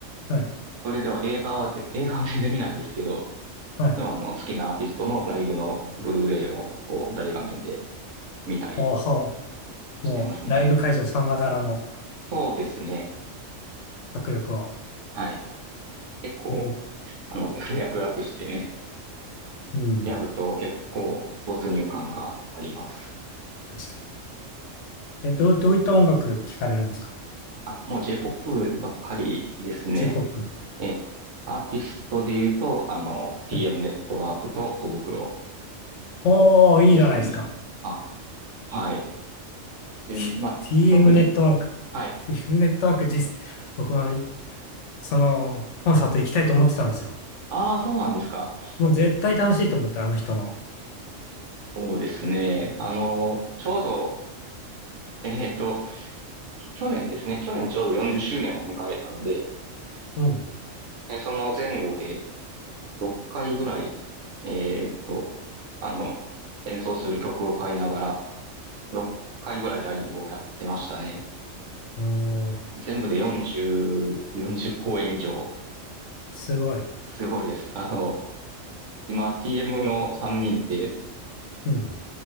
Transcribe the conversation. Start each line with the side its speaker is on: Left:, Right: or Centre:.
Left: う、はい。
Right: それでは映画はぜ、映画は全然見ないんですけど、
Left: はい。
Right: いつもあの、好きなアーティストのライブのブルーレイを、こう、大画面で見たり
Left: おお、もうライブ会場さながらの
Right: してますね。そうですね。
Left: 迫力を。
Right: はい。結構、
Left: えー
Right: あの、脈絡してね、
Left: うん。
Right: やると結構没入感があります。
Left: 確かに。え、どう、どういった音楽聴かれるんですか
Right: あ、もう J-POP ばっかりですね。
Left: j ポップ、
Right: え、アーティストで言うと、あの、TM
Left: はい。
Right: ネットワークと小袋
Left: おー、いいじゃないですか。
Right: ですね。あ、はい。で、
Left: TM
Right: まあ、特に、
Left: ネットワーク。
Right: はい。
Left: TM ネットワーク実、僕は、いその、コンサート行きたいと思ってたんですよ。
Right: ああ、そうなんですか。
Left: もう絶対楽しいと思って、あの人の。
Right: そうですね。あの、ちょうど、えっと、去年ですね。去年ちょうど40周年を迎えたので、
Left: うん。
Right: えその前後で6回ぐらい、えっと、あの、演奏する曲を変えながら、6回ぐらいライブをやってましたね。
Left: おー、
Right: 全部で40、40公演以上。
Left: すごい。
Right: すごいです。あの、今 TM の3人って、
Left: うん。